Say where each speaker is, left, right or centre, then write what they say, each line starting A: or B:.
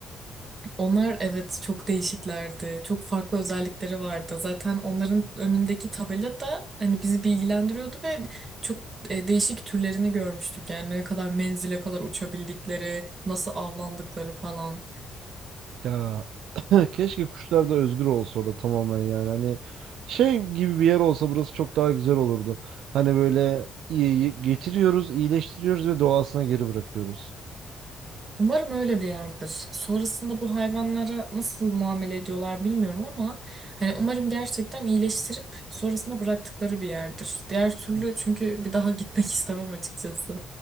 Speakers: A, on the right; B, on the right.
A: Onlar evet çok değişiklerdi. Çok farklı özellikleri vardı. Zaten onların önündeki tabela da hani bizi bilgilendiriyordu ve çok e, değişik türlerini görmüştük. Yani ne kadar menzile kadar uçabildikleri, nasıl avlandıkları falan.
B: Ya <clears throat> keşke kuşlar da özgür olsa orada tamamen yani hani şey gibi bir yer olsa burası çok daha güzel olurdu. Hani böyle iyi getiriyoruz, iyileştiriyoruz ve doğasına geri bırakıyoruz.
A: Umarım öyle bir yerdir. Sonrasında bu hayvanlara nasıl muamele ediyorlar bilmiyorum ama hani umarım gerçekten iyileştirip sonrasında bıraktıkları bir yerdir. Diğer türlü
B: Hı.
A: çünkü bir daha gitmek <laughs> istemem açıkçası.